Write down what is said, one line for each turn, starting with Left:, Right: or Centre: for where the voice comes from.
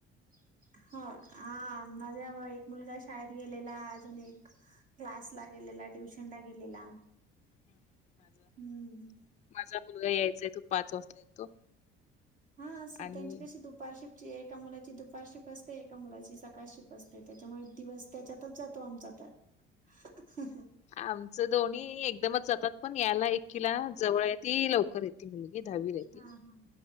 Right: <unintelligible> एक मुलगा शाळेत गेलेला अजून एक क्लास ला गेलेला ट्युशन ला गेलेला
Left: <inaudible> माझं-
Right: हम्म
Left: माझा मुलगा यायचय तो पाच वाजता येतो
Right: हा असं
Left: आणि
Right: त्यांची कशी दुपारशीफ्टची एका मुलाची दुपारशीफ्ट अस ते एका मुलाची सकाळची शिप असते, त्याच्यामुळे दिवस त्याच्यातच जातो आमचा तर
Left: आमचं दोन्ही एकदमच जातात पण यायला एकीला जवळ आहे ती लवकर येते ती मुलगी दहावीला आहे, ती
Right: हा हा